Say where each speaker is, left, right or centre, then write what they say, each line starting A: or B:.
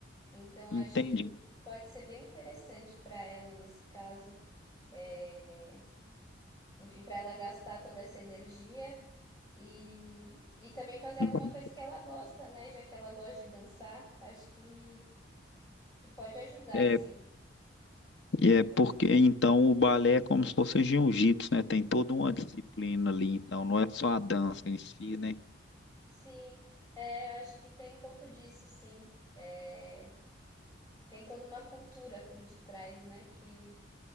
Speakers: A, on the left; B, on the left.
A: Então, acho
B: entende.
A: que Sim. pode ser bem interessante para ela nesse caso. É, Enfim, para ela gastar toda essa energia e... e também fazer
B: Uhum.
A: alguma coisa que ela gosta, né? Já que ela gosta de dançar, acho que, que pode ajudar,
B: É,
A: sim.
B: E é porque então o balé é como se fosse jiu-jitsu, né? Tem toda uma disciplina ali, então não é só a dança em si, né?
A: Sim, é, eu acho que tem um pouco disso, sim. É, tem toda uma cultura por detrás, né? Que